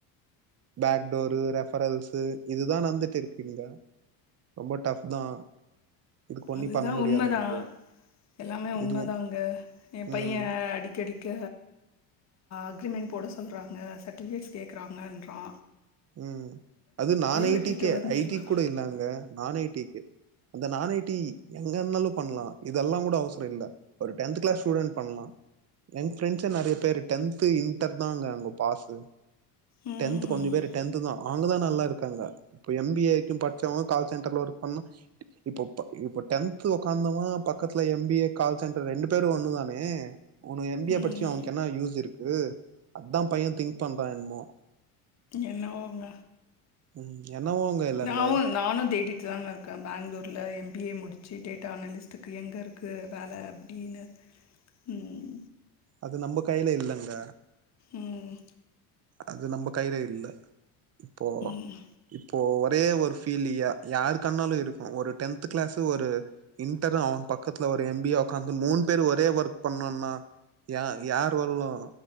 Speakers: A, on the right (about 35°); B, on the left (about 35°).
A: பேக்டோரு ரெஃபரல்ஸ்ஸு இதுதா நடந்துட்டு இருக்கு இங்க ரொம்ப டஃப் தா இதுக்கு ஒன்னி
B: அதுதா
A: பண்ண முடியாது
B: உண்மைதா
A: நம்போ
B: எல்லாமே உண்மைதான்ங்க
A: இதுவு
B: என் பையன்
A: ம்
B: அடிக்கடி க அக்ரிமெண்ட் போட சொல்றாங்க சர்ட்டிபிகேட்ஸ் கேட்கறாங்கன்றா
A: ம் அது நா ஐடிக்கே
B: விட்டுட்டு வந்துடுறான்
A: ஐ டி கூட இல்லே அங்க நான் ஐ டிக்கு அந்த நா ஐ டி எங்க இருந்தாலு பண்லா இதெல்லா கூட அவசரம் இல்ல ஒரு டென்த் கிளாஸ் ஸ்டூடெட் பண்ணலா எங்க் ஃப்ரெண்ட்ஸ நெறய பேரு டென்து இன்டர் தான்ங்க அங்க பாஸு
B: ம் ம்
A: டென்த் கொஞ்சோ பேர் டென்த்து தா அவங்க தா நல்லா இருக்காங்க இப்ப எம் பி ஏக்கு படிச்சவங்க கால் சென்டர்ல ஒர்க் பண்ண இப்ப ப டென்த் உக்கார்ந்தவங்க பக்கத்துல M B A call centre ரெண்டு பேரு ஒண்ணு தானே அவன் எம் பி ஏ
B: ம்
A: படிச்சு அவனுக்கு என்ன யூஸ் இருக்கு அதா பையன் திங்க் பண்றான் என்னமோ
B: என்னவோங்க
A: ம் என்னவோங்க இல்லங்க.
B: நாவும் நானு தேடிட்டு தாங்க இருக் பெங்களூரில எம்பிஏ முடிச்சு டேட்டா அனலிஸ்ட்டுக்கு எங்கே இருக்கு வேலை அப்டின்னு ம்
A: அது நம்ம கைல இல்லங்க
B: ம்
A: அது நம்ம கையிலே இல்ல இப்போ
B: ம்
A: இப்போ ஒரே ஒரு ஃபீல்யா யாருக்கண்ணாலு இருக்கு ஒரு டென்த் கிளாஸ் ஒரு இன்டரு அவன் பக்கத்துல ஒரு எம் பி உக்காந்து மூணு பேரு ஒரே ஒர்க் பண்ணும்னா யா யார் வருணு